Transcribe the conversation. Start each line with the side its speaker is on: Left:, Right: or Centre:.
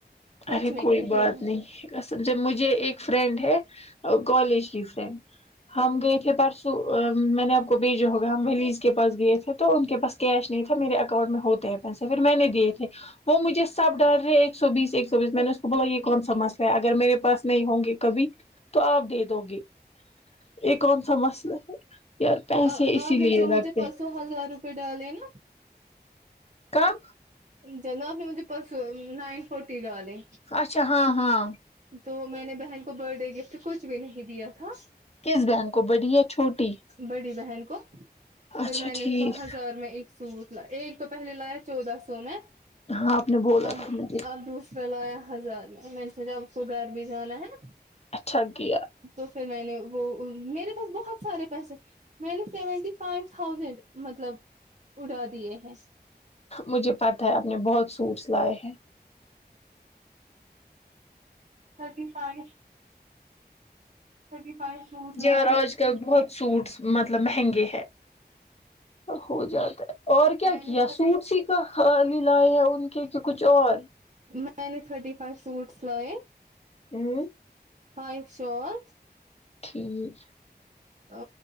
Right: سچ
Left: ارے
Right: میں
Left: کوئی
Right: کہہ
Left: بات
Right: رہی ہوں
Left: نہیں سمھ مجھے ایک فرینڈ ہے کالج کی فرینڈ ہم گئے تھے پرسوں ا میں نے آپ کو بھیجا ہوگا ہم ولیز کے پاس گئے تھے تو ان کے پاس کیش نہیں تھا میرے اکاؤنٹ میں ہوتا ہے پیسے پھر میں نے دیے تھے وہ مجھے سب ڈال رہے ہیں ایک سو بیس ایک سو بیس میں نے بول یہ کون سا مسئلہ ہے اگر میرے پاس نہیں ہوں گے کبھی تو آپ دے دو گے یہ کون سا مسئلہ ہے یار پیسے
Right: ہاں
Left: اسی
Right: آپ
Left: لیے
Right: نے جو مجھے
Left: رکھتے
Right: پرسوں
Left: ہیں
Right: ہزار روپئے ڈالے نا
Left: کب
Right: جناب نے مجھے پرس نائن فورٹی ڈالے
Left: اچھا ہاں ہاں
Right: تو میں نے بہن کو برتھ ڈے گفٹ کچھ بھی نہیں دیا تھا
Left: کس بہن کو بڑی یا چھوٹی
Right: بڑی بہن کو پھر
Left: اچھا
Right: میں
Left: ٹھیک
Right: نے اس کو ہزار میں ایک سوٹ ل ایک تو پہلے لایا چودہ سو میں
Left: ہاں آپ نے بولا
Right: ا
Left: تھا مجھے
Right: اب دوسرا لایا ہزار میں میں نے سوچا اب گھر بھی جانا ہے
Left: اچھا کیا
Right: تو پھر میں نے وہ ا میرے پاس بہت سارے پیسے میں نے سیونٹی فائیو تھاؤزینڈ مطلب اڑا دیے ہیں
Left: مجھے پتا ہے آپ نے بہت سوٹس لائے ہیں
Right: thirty five thirty five suit
Left: یار
Right: لائے
Left: آج کل بہت سوٹس مطلب مہنگے ہیں ہو جاتا
Right: ہاں
Left: ہے اور کیا
Right: میں
Left: کیا
Right: نے
Left: سوٹ س خال لائے ہیں ان کے کہ کچھ اور
Right: میں نے تھرٹی فائیو سوٹس لائے
Left: ہمم
Right: فائیو شور
Left: چھیز
Right: ا